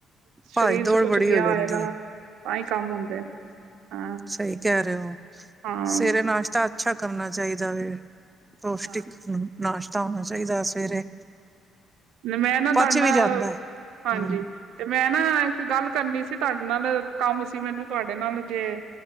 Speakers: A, on the right (about 15°); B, on the right (about 70°).
A: ਭੱਜ
B: ਸਰੀਰ
A: ਦੌੜ
B: ਚ ਕੁਛ
A: ਬੜੀ
B: ਗਿਆ
A: ਹੋ ਜਾਂਦੀ
B: ਹੋਏਗਾ
A: ਹੈ
B: ਤਾਂ ਹੀ ਕੰਮ ਹੁੰਦੇ ਨੇ। ਹਾਂ,
A: ਸਹੀ ਕਹਿ ਰਹੇ ਹੋ
B: ਹਾਂ।
A: ਸਵੇਰੇ ਨਾਸ਼ਤਾ ਅੱਛਾ ਕਰਨਾ ਚਾਹੀਦਾ ਵੇ। ਪੌਸ਼ਟਿਕ
B: ਹਾਂ
A: ਨਾਸ਼ਤਾ ਹੋਣਾ ਚਾਹੀਦਾ ਸਵੇਰੇ
B: ਮੈਂ ਨਾ
A: ਪਚ
B: ਤੁਹਾਡੇ ਨਾਲ
A: ਵੀ ਜਾਂਦਾ। ਹੂੰ
B: ਹਾਂਜੀ ਤੇ ਮੈਂ ਨਾ ਇੱਕ ਗੱਲ ਕਰਨੀ ਸੀ ਤੁਹਾਡੇ ਨਾਲ ਕੰਮ ਸੀ ਮੈਨੂੰ ਤੁਹਾਡੇ ਨਾਲ ਜੇ